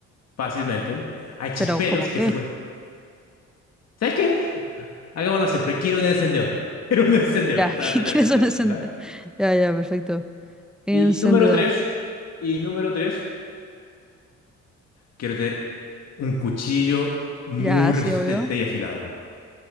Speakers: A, on the left (about 55°); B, in the centre.
A: Fácilmente. Hay chisperos
B: Pero ¿cómo qué?
A: que se pueden ¿Sabes qué? Hagámoslo así, pero quiero un encendedor. <laughs> Quiero un encendedor
B: Ya,
A: para
B: <laughs> ¿qué
A: aprender
B: quieres
A: a hacer fuego,
B: un encendedor?
A: ¿ya?
B: Ya, ya, perfecto. Encendedor.
A: Y número tres, y número tres, quiero tener un cuchillo muy
B: Ya, sí,
A: resistente
B: obvio.
A: y afilado.